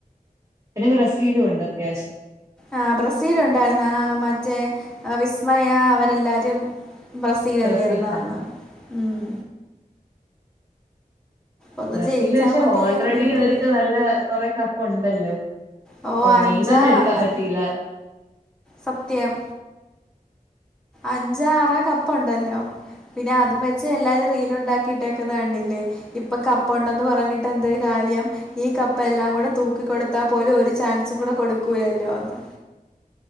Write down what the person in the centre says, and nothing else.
ആഹ് ബ്രസീലുണ്ടായിരുന്നു ആ മറ്റേ വിസ്മയ അവരെല്ലാരും ബ്രസീലല്ലേരുന്ന
അന്ന് മ്മ് ഒന്ന്
ജയിച്ചാൽ മതിയായിരുന്നു
എങ്ങനെ
ഓ അഞ്ചാ
അ-
സത്യം അഞ്ചാ ആറാ കപ്പുണ്ടല്ലോ പിന്നെ അതും വെച്ച് എല്ലാരും റീലുണ്ടാക്കിയിട്ടേക്കുന്ന കണ്ടില്ലേ ഇപ്പൊ കപ്പ ഉണ്ടന്ന് പറഞ്ഞിട്ട് എന്തായി കാര്യം ഈ കപ്പ് എല്ലാം കൂടെ തൂക്കിക്കൊടുത്താ പോലും ഒരു ചാൻസും കൂടെ കൊടുക്കൂലല്ലോ ഒന്ന്